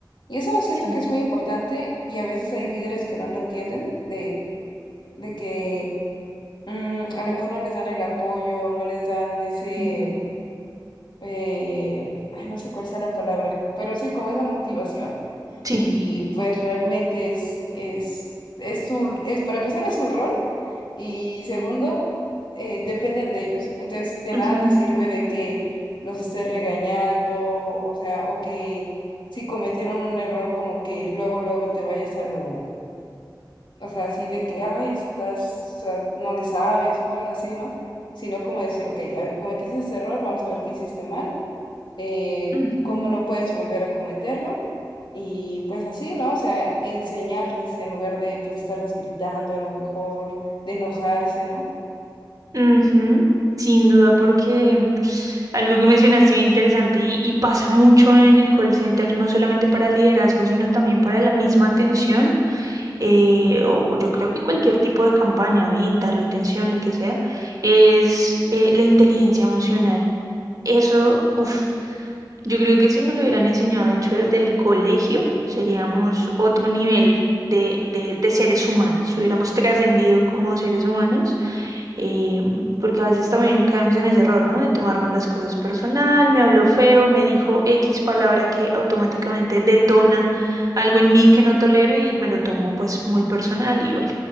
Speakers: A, on the left; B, on the right.
A: Y eso siento
B: sí.
A: que es muy importante y a veces hay líderes que no lo entienden, de, de que mm, a lo mejor no les dan el apoyo, no les dan ese,
B: Mm.
A: eh, ay, no sé cuál sea la palabra, pero sí como esa motivación
B: Sí.
A: y pues realmente es, es, es su, es, para empezar es su rol y segundo, eh, dependen de ellos. Entonces, de
B: Ujú,
A: nada te sirve de que los estés regañando, o sea, o que si cometieron un error, como que luego, luego te vayas a lo, o sea, así de que, ay, estás, o sea, no le sabes, o cosas así, ¿no? Sino como decir, ok, a ver, cometiste ese error, vamos a ver qué hiciste mal, eh,
B: ujú.
A: cómo no puedes volver a cometerlo. Y pues así, ¿no? O sea, enseñarles en lugar de pues estarles gritando a lo mejor, de enojarse, ¿no?
B: Ujú, Sin duda, porque algo que mencionaste bien interesante y, y pasa mucho en el call center, no solamente para liderazgo, sino también para la misma atención, eh, o o yo creo que cualquier tipo de campaña, venta, retención, lo que sea, es eh, la inteligencia emocional. Eso, uff, yo creo que si nos lo hubieran enseñado, de hecho, desde el colegio, seríamos otro nivel de, de de seres humanos, hubiéramos trascendido como seres humanos eh, porque a veces también caemos en ese error, ¿no? De tomarnos las cosas personal, me habló feo, me dijo X palabra que automáticamente detona algo en mí que no tolero y me lo tomo pues muy personal y bueno,